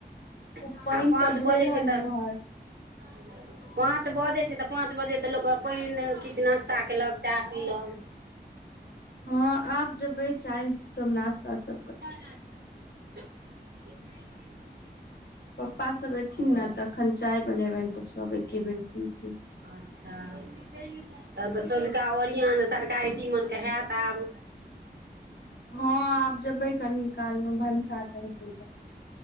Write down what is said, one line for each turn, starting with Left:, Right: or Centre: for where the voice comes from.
Left: उ
Right: आ
Left: पानि
Right: पाँच
Left: सब भेल
Right: बजै छै
Left: हँ
Right: तऽ
Left: इम्हर
Right: <inaudible> पाँच बजैत छै तऽ पाँच बजे तऽ लोक क पानि किछ नाश्ता कयेलक चाह पीलक
Left: हँ आब जेबै चाय सब नाश्ता सभ
Right: <inaudible>
Left: पपा सभ एयथिन
Right: ओ
Left: न तखन चाय बनेबैन तऽ सभ एके बेर पीतै
Right: अच्छा तहन तऽ सँझका ओरियान तरकारी तीमन केऽ हैत आब
Left: हँ आब जेबै कनि काल मे भनसा चढ़बै लऽ